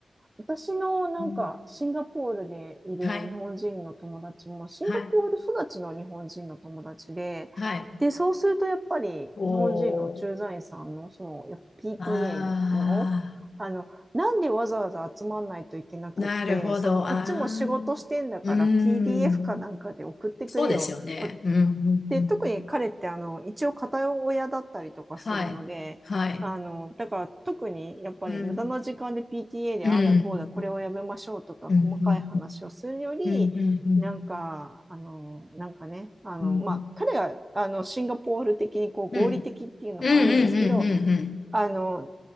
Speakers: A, on the right; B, on the left.
A: 私のなんかシンガポールでいる日本人の友達もシンガポール育ちの日本人の友達で、
B: うんはい、はい、はい、
A: で、そうするとやっぱり日本人の駐在員さんのそのやっぱ
B: おー、
A: PTA
B: あ
A: の、あの、なんでわざわざ集まんないといけなくって、
B: ー、なるほど、
A: そのこっちも仕事してんだから
B: あー、うーん。
A: PDF かなんかで送ってくれよ。
B: そうですよね。
A: こ、
B: うん、うん、
A: で、
B: うん。
A: 特に彼ってあの一応片親だったりとかするので、
B: はい。はい。
A: あのだから特にやっぱり無駄な時間で
B: うん。
A: PTA でああだこうだこれをやめましょうとか細かい話をするよりなんかあのなんかねあの、
B: うん。うん。うん。うん。うん。うん。
A: まあ、彼があのシンガポール的にこう合理的っていうのもあるんですけど
B: うん。うん。うん。うん。
A: あの